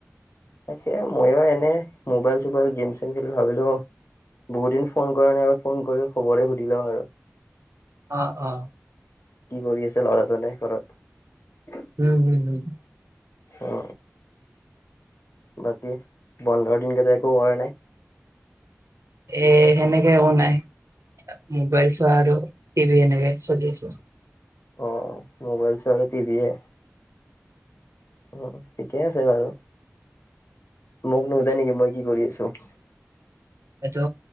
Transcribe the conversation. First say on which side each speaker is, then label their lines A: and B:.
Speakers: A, on the left (about 60°); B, on the right (about 85°).
A: তাকে মইও এনে মোবাইল চোবাইল গেম চেম খেলি ভাবিলো বহুতদিন ফোন কৰা নাই এবাৰ ফোন কৰি খবৰে সুধি লওঁ আৰু
B: অ অ
A: কি কৰি আছে ল'ৰাজনে ঘৰত
B: উম উম হম
A: অ বাকী বন্ধৰ দিনকেইটা একো কৰা নাই
B: এ সেনেকে একো নাই মোবাইল চোৱা আৰু টিভি সেনেকে চলি আছে
A: অ মোবাইল চ আৰু টি ভি অ ঠিকেই আছে বাৰু মগ নহুদায় নেকি মই কি কৰি আছো <unintelligible>
B: টো